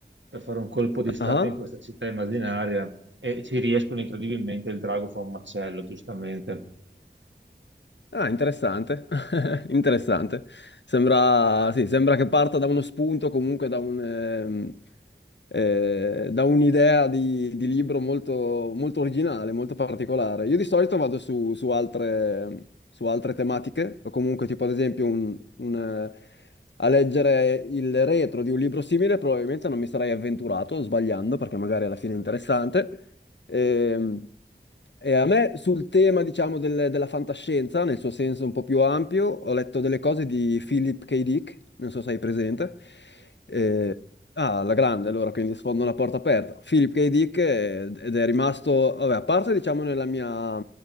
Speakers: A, on the right; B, on the left.
A: per fare un colpo di stato
B: Ah,
A: in questa città immaginaria e ci riescono incredibilmente, il drago fa un macello, giustamente.
B: ah, interessante. <laughs> Interessante. Sembra, sì, sembra che parta da uno spunto, comunque da un, ehm, eh, da un'idea di, di libro molto, molto originale, molto particolare. Io di solito vado su, su altre, su altre tematiche, o comunque tipo ad esempio un, un, eh, a leggere il retro di un libro simile, probabilmente non mi sarei avventurato, sbagliando, perché magari alla fine è interessante. Ehm, E, a me sul tema, diciamo, del- della fantascienza, nel suo senso un po' più ampio, ho letto delle cose di Philip K. Dick, non so se hai presente. Eh, Ah, la grande, allora, quindi sfondo una porta aperta. Philip K. Dick eh, ed è rimasto, vabbè, a parte diciamo nella mia,